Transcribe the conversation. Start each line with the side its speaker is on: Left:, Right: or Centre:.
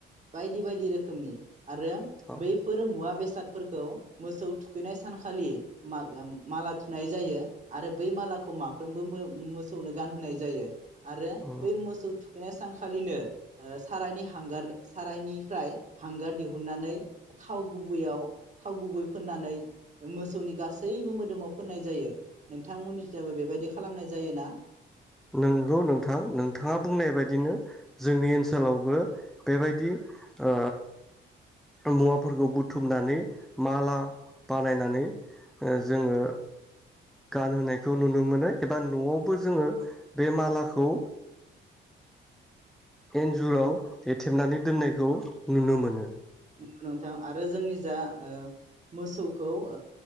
Right: बायदि बायदि रोखोमनि आरो
Centre: औ
Right: बैफोर मुवा बेसाद फोरखौ मोसौ थुखैनाय सानखालि मागाम माला थुनाय जायो आरो बै मालाखौ माफ्रोमबो मोमोसौनो गानहोनाय जायो आरो
Centre: औ
Right: बै मोसौ थु खैनाय सानखालिनो ओ सारायनि हांगार सारायनिफ्राय हांगार दिहुननानै थाव गुबैयाव थाव गुबै फोननानै मोसौनि गासैबो मोदोमाव फोननाय जायो नोंथांमोननिाबबो बेबायदि खालामनाय जायो ना?
Centre: नंगौ नोंथां नोंथाङा बुंनाय बायदिनो जोंनि ओनसोलावबो बेबायदि आ मुवाफोरखौ बुथुमनानै माला बानायनानै ओ जोङो गानहोनायखौ नुनो मोनो एबा न'आवबो जोङो बे मालाखौ एन्जुराव एथेबनानै दोननायखौ नुनो मोनो
Right: नोनोंथां आरो जोंनि जा ओ मोसौखौ ओ